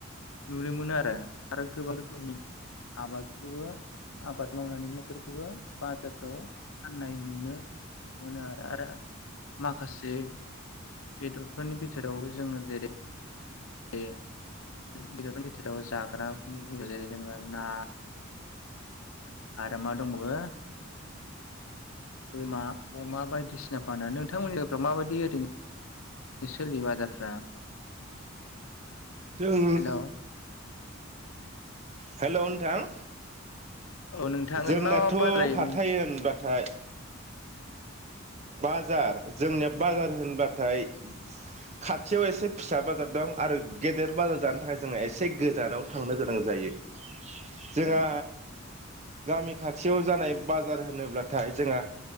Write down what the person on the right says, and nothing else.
जों
हेल' नोंथां
जोंनाथ'
हाथाय
होनबाथाय बाजार जोंनिया बाजार होनबाथाय खाथियाव एसे फिसा बाजार दं। आरो गेदेर बाजार जानो थाखाय जोंहा एसे गोजानाव थांनो गोनां जायो। जोंहा
गामि खाथियाव जानाय बाजार होनोब्लाथाय जोंहा